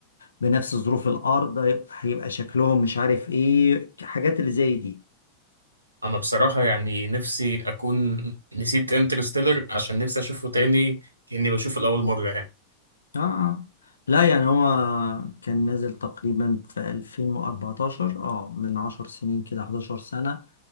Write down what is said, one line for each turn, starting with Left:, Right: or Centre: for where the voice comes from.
Left: بنفس ظروف الأرض هيبقى هيبقى شكلهم مش عارف إيه حاجات اللي زي دي
Right: انا بصراحة يعني نفسي اكون نسيت انترستيلر عشان نفسي اشوفه تاني كأني بشوفه لأول مرة يعني
Left: آه آه لا يعني هو كان نازل تقريبا في 2014 اه من 10 سنين كده 11 سنة